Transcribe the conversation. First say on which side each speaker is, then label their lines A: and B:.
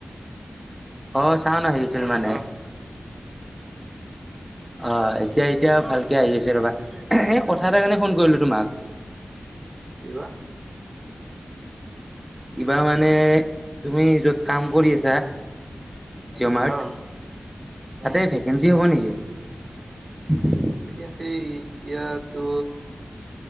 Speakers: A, in the centre; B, on the right.
A: অ চাওন আহিছিল মানে
B: অ
A: অ এতিয়া এতিয়া ভালকে আহি আছে ৰবা সেই কথা এটাৰ কাৰণে ফোন কৰিলো তোমাক
B: কিবা
A: কিবা মানে তুমি যত কাম কৰি আছা জিঅ' মাৰ্ট
B: অ
A: তাতে
B: উম
A: ভেকেঞ্চি হ'ব নেকি
B: ভেকেঞ্চি এতিয়াতো